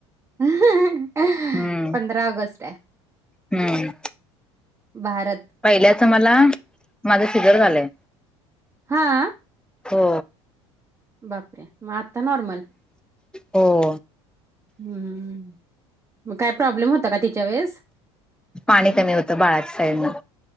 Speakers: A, on the right (about 15°); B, in the centre.
A: <unintelligible>
B: हम्म
A: पंधरा ऑगस्ट हाय.
B: हम्म
A: भारत
B: पहिल्याच मला माझं फिगर झालंय
A: हा
B: हो
A: बापरे मग आत्ता नॉर्मल
B: हो
A: हम्म मग काय प्रॉब्लेम होता का तिच्या वेळेस
B: पाणी कमी होतं बाळाच्या साईडनं